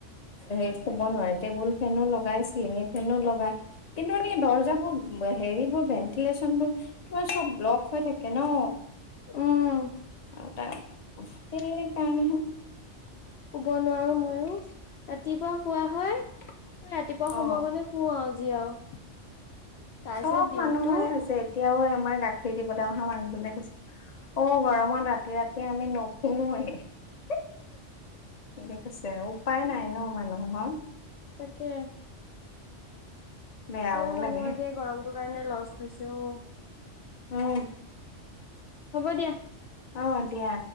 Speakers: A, on the left (about 35°); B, on the left (about 65°).
A: সেই শুব নোৱাৰে টেবুল ফেনো লগাই চিলিঙি ফেনো লগাই। কিন্তু মানে দৰ্জাবোৰ হেৰিবোৰ ভেন্টিলেশচনবোৰ তোমাৰ চব ব্লক হৈ থাকে ন
B: উম
A: আৰু তাই সেই কাৰণে হে।
B: শুব নোৱাৰো মইয়ো ৰাতিপুৱা শুৱা হয়। ৰাতিপুৱা
A: অ
B: সময়কনে শুও যি আৰু। তাৰপিছত
A: চব
B: দিনটো
A: মানুহৰে হৈছে এতিয়াও আমাৰ গাখীৰ দিবলৈ অহা মানুহজনে কৈছে অ' গৰমত ৰাতি ৰাতি আমি নুশুৱে। কৈছে উপায় নাই ন মানুহৰ।
B: তাকে।
A: বেয়াও
B: ইমান মানুহৰ
A: লাগে
B: যে গৰমটোৰ কাৰণে লষ্ট হৈছে অও।
A: উম।
B: হ'ব দিয়া।
A: অ', দিয়া।